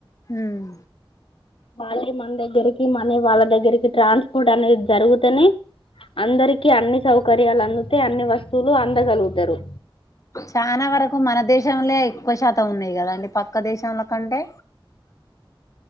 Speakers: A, on the left; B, on the left.
A: ఉమ్
B: వాళ్ళే మన దగ్గరికి మనీ వాళ్ళ దగ్గరికి ట్రాన్స్పోర్ట్ అనేది జరుగుతేనే అందరికి అన్ని సౌకర్యాలు అందితే అన్ని వస్తువులు అందగలుగుతరు
A: చానా వరకు మన దేశంలే ఎక్కువ శాతం ఉన్నయి కదా అండి పక్క దేశంలో కంటే